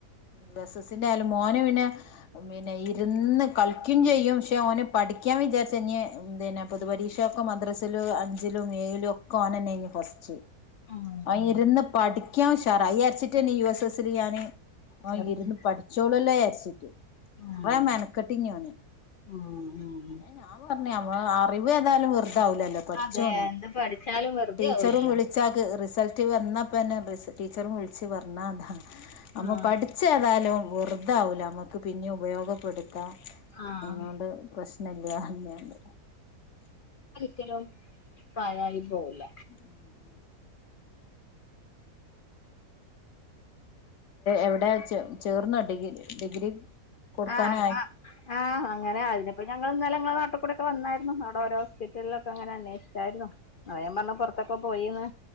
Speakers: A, on the left; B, on the left.
A: യു എസ് എസിന്റെ ആയാലും മോന് പിന്നെ പിന്നെ ഇരുന്ന് കളിക്കും ചെയ്യും ക്ഷെ ഓന് പഠിക്കാൻ വിചാരിച്ചഞ്ഞ് പിന്നെ പൊതുപരീക്ഷൊക്കെ മദ്രസിലും അഞ്ചിലും ഏഴിലും ഒക്കെ ഓനെന്നെ ഇഞ് ഫസ്റ്റ്
B: ഉം ഉം
A: ആ ഇര്ന്ന് അിക്കാംഷറായി അരച്ചിട്ടല്ലേ യു എസ് എസ്സിൽ ഞാന് ആ
B: ചേർത്തില്ല
A: ഇരുന്ന് പഠിച്ചോളല്ലേ <unintelligible>
B: ഉം
A: ഒന് മനക്കട്ടിഞ്ഞോന്
B: ഉം ഉം
A: ഞാൻ പറ അവ അറിവ് ഏതാലും വെർ താഉലല്ലോ പഠിച്ചുന്നു
B: അതെ എന്ത് പഠിച്ചാലും വെറുതെ
A: ടീച്ചറും
B: ആവൂലല്ലോ
A: വിളിച്ചാ റിസൾട്ട് വന്ന ഇപ്പം എന്നെ ബസ്സി ടീച്ചറും വിളച്ച് പറഞ്ഞ അതാണ് അമ്മ
B: ആഹ്
A: പഠിച്ച ഏതാലും വറുതാവില്ല നമുക്ക് പിന്നിം ഉപയോഗപ്പെടും
B: ആഹ്
A: <unintelligible> പ്രശ് <unintelligible>
B: ക്കലും പാഴായി പോവുല്ല
A: ഉ ഉ എവിടെ ച ചേർന്നോ ഡിഗ്രി ഡിഗ്രി കൊടുക്കാനായി
B: ആ ആ് അങ്ങനെ അതിനപ്പ ഞങ്ങള്ന്നലേ ങ്ങളെ നാട്ട് കൂടെക്കെ വന്നായിരുന്നു അവിടെ ഓരോസ്പിറ്റൽലൊക്കെ അങ്ങനെ അന്വേഷിച്ചായിരുന്നു അ ഞൻ പറഞ്ഞ പുറത്ത് - ഇപ്പ പോയിന്ന്